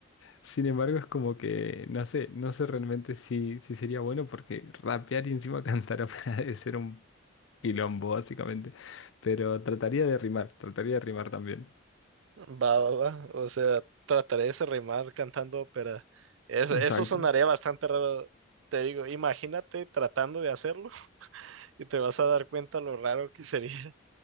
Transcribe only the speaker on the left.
Sin embargo, es como que, no sé, no sé realmente si, si sería bueno porque rapear y encima cantar ópera <laughs> debe ser un quilombo, básicamente, pero trataría de rimar, trataría de rimar también.
Exacto.